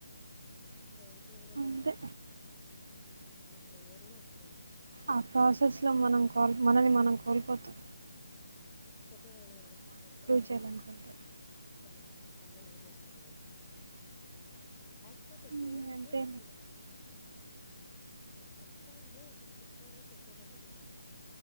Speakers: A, on the left (about 25°); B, on the right (about 55°).
A: ఫ్రెండ్స్ దగ్గర
B: అంతే
A: ఉ ఎవరైనా ఒక
B: ఆ ప్రాసెస్ లో మనం కాల్ మనని మనం కోల్పోతు
A: పోతే పోయినాంలే అవసరం లేదు.
B: చేయాలనుకుంటే
A: ఎంతో మాట్లాడచ్చు. కన్న నోరు మూసుకోండేదు లేకపోతే
B: హ్మ్
A: దేని
B: అంతే
A: దేనికి అంటకడతారు. అసలు ఒక చెక్క తండ్రి ఒకటి చెప్పేది చెప్పేటట్టు చూడాలా,